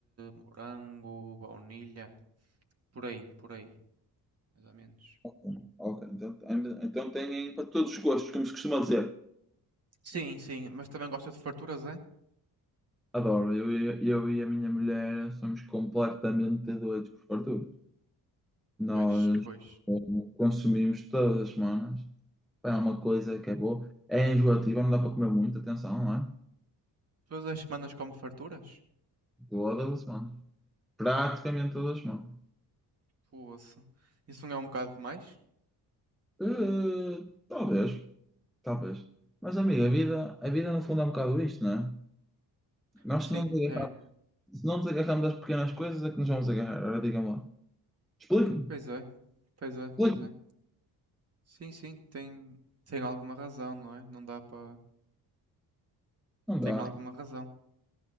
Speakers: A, on the right; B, in the centre.
A: morango, baunilha, por aí, por aí, mais ou menos.
B: Ok, ok. Então, ainda- então têm para todos os gostos, como se costuma dizer.
A: Sim, sim, mas também gosta de farturas, é?
B: Adoro, eu, e- eu e a minha mulher somos completamente doidos por fartura. Nós
A: Pois, pois.
B: eh, consumimos todas as semanas. Pá, É uma coisa que é boa. É enjoativa, não dá para comer muito, atenção, não é?
A: Todas as semanas come farturas?
B: Todas as semanas. Praticamente todas as semanas.
A: Poxa, isso não é um bocado demais?
B: Eh, talvez, talvez. Mas, amigo, a vida, a vida no fundo é um bocado isto, não é? Nós
A: Sim,
B: se não nos
A: é.
B: agarrar- se não nos agarrarmos das pequenas coisas, é que nos vamos agarrar. Agora digam lá. Explica-me,
A: Pois é, pois é,
B: explica-me.
A: pois é. Sim, sim, tem, tem alguma razão, não é? Não dá para.
B: Não
A: Tem
B: dá.
A: alguma razão.